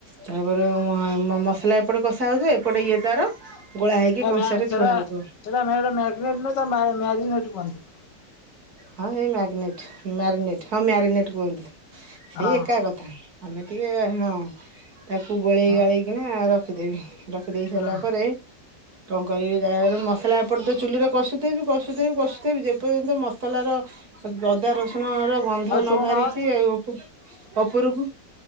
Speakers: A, on the right; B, on the left.
A: ତାପରେ ଉଁ ମସଲା ଏପଟେ କଷା ହଉଥିବ ଏପଟେ ଇଏ ତାର ଗୋଳା ହେଇକି
B: ସେଟା
A: କଂସାରେ ଥୁଆ ହଉଥିବ
B: ମ୍ୟା ମ୍ୟାଗନେଟ୍ ନୁହଁ ତାକୁ ମ୍ୟାରିନେଟ୍ କୁହନ୍ତି।
A: ହଁ ସେଇ ମ୍ୟାଗନେଟ୍, ମ୍ୟାରିନେଟ୍ ହଁ ମ୍ୟାରିନେଟ୍ କୁହନ୍ତି। ସେଇ
B: ହଁ
A: ଏକା କଥା, ଆମେ ଟିକେ ହଁ ତାକୁ ଗୋଳେଇ
B: ହଁ
A: ଗାଳେଇ କିିନା ରଖିଦେବି। ରଖିଦେଇ ସାରିଲା
B: ହଁ
A: ପରେ କଣ କହିବି ତା ପରେ ମସଲା ଏପଟେ ତ ଚୁଲିରେ କଷୁଥିବି କଷୁଥିବି କଷୁଥିବି ଯେପର୍ଯ୍ୟନ୍ତ ମ ସଲାର ସ ଅଦା ରସୁଣର ଗନ୍ଧ
B: ଆଉ
A: ନ
B: ଶୁଣୁ
A: ବାହାରିଛି
B: ହଁ ତୁ
A: ଓପ ଉପରକୁ